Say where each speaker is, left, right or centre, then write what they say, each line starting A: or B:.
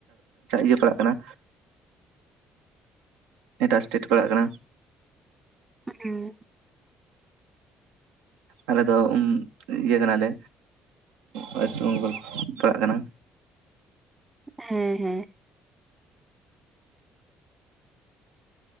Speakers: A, on the right (about 75°); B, on the right (about 20°).
A: ᱤᱭᱟᱹ ᱯᱟᱲᱟᱜ ᱠᱟᱱᱟ ᱮᱴᱟᱜ ᱮᱥᱴᱮᱴ ᱯᱟᱲᱟᱜ ᱠᱟᱱᱟ
B: ᱦᱩ
A: ᱟᱞᱮ ᱫᱚ ᱩᱸ ᱤᱭᱟᱹ ᱠᱟᱱᱟᱞᱮ ᱳᱭᱮᱥᱴ ᱵᱮᱝᱜᱚᱞ ᱯᱟᱲᱟᱜ ᱠᱟᱱᱟ
B: ᱦᱮᱸ ᱦᱮᱸ